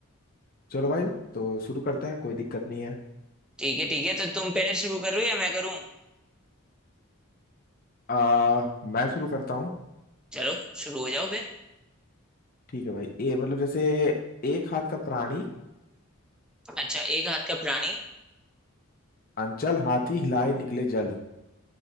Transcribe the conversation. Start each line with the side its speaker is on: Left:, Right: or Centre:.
Left: चलो भाई तो शुरू करते हैं कोई दिक्कत नहीं है
Centre: ठीक है ठीक है तो तुम पहले शुरू करो या मैं करूँ
Left: आ, मैं शुरू करता हूँ
Centre: चलो शुरू हो जाओ फिर
Left: ठीक है भाई ए मतलब जैसे एक हाथ का प्राणी
Centre: अच्छा एक हाथ का प्राणी
Left: अंचल हाथी हिलाए निकले जल